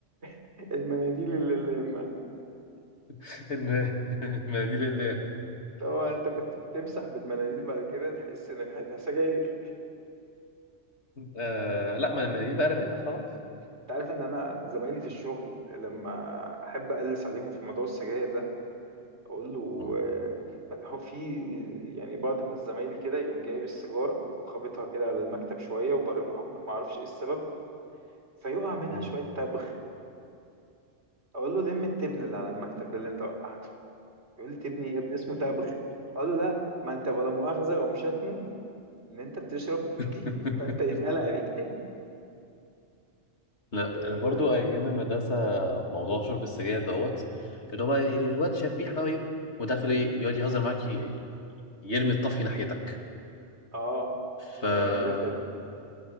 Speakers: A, on the right; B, on the left.
A: <laughs> المناديل اللي اللي ما
B: <laughs> الم- المناديل ال ام
A: طبعا أنت كنت بتمسح بالمناديل بعد كده تحس إن ريحتها سجاير
B: آه لا ما المناديل بقى رميتها خلاص
A: أنت عارف إن أنا زمايلي في الشغل لما أحب أقلس عليهم في موضوع السجاير ده اقول له
B: مم.
A: آه، هو في يعني بعض من زمايلي كده يقوم جايب السيجاره وخابطها كده على المكتب شويه وبرمها ما اعرفش ايه السبب فيقع منها
B: مم.
A: شويه تبغ اقول له لم التبن اللي على المكتب ده اللي انت وقعته يقول لي تبني يا ابني اسمه تبغ اقول له لا ما انت ولا مؤاخذه اقوم شاتمه ان انت بتشرب
B: <laughs>
A: دي فانت يتقال عليك تبن
B: لا
A: اه
B: انا برضو ايام المدرسه موضوع شرب السجاير دوت اللي هو بقى إيه، الواد شاب بيحرق ايه وده في ايه يقعد يهزر معاك ي- يرمي الطفي ناحيتك
A: آه،
B: فمعلومه
A: حاجه مقرفه دي